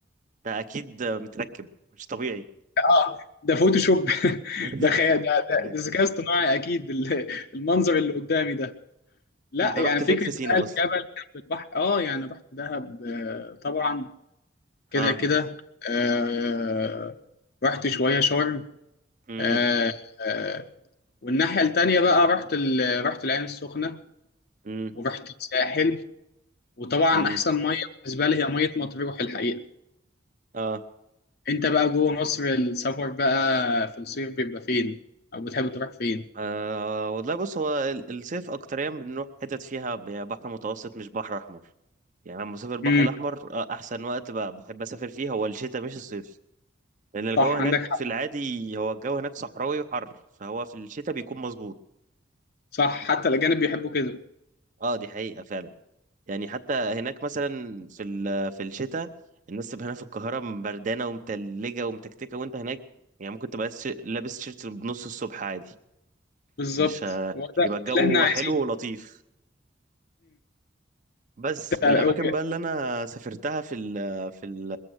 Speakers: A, on the right (about 40°); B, on the left (about 55°).
A: ده اكيد متركب مش طبيعي
B: اه ده فوتوشوب <laughs>
A: <laughs>
B: ده خيال ده ده
A: ايوه
B: ده ذكاء اصطناعي اكيد ال- المنظر اللي قدامي ده لا
A: انت رحت
B: يعني فكرة
A: فين في سينا
B: بقى الجبل
A: اصلا
B: جنب البحر اه يعني رحت دهب آه، طبعا كده
A: اه
B: كده آه، رحت شوية شرم
A: امم
B: آه، آه، والناحية التانية بقى رحت ال- رحت العين السخنة
A: امم
B: ورحت الساحل وطبعا
A: امم
B: أحسن مية بالنسبة لي هي مية مطروح الحقيقة
A: اه
B: أنت بقى جوه مصر السفر بقى في الصيف بيبقى فين أو بتحب تروح فين؟
A: آه والله بص هو ال- الصيف اكتريا بنروح حتت فيها ب- بحر متوسط مش بحر احمر يعني لما بسافر البحر
B: امم
A: الاحمر آه، احسن وقت ب- بحب اسافر فيه هو الشتاء مش الصيف لان
B: صح
A: الجو هناك
B: عندك حق
A: في العادي هو الجو هناك صحراوي وحر فهو في الشتاء بيكون مظبوط
B: صح حتى الأجانب بيحبوا كده
A: اه دي حقيقة فعلا يعني حتى هناك مثلا في ال- في الشتاء الناس تبقى هنا في القاهرة بردانة ومتلجة ومتكتكة وانت هناك يعني ممكن تبقى لابس لابس تيشيرت بنص الصبح عادي
B: بالظبط
A: مش ه-
B: هو ده
A: يبقى الجو
B: اللي احنا عايزينه
A: حلو ولطيف بس الأماكن
B: امم
A: بقى اللي أنا سافرتها في ال في ال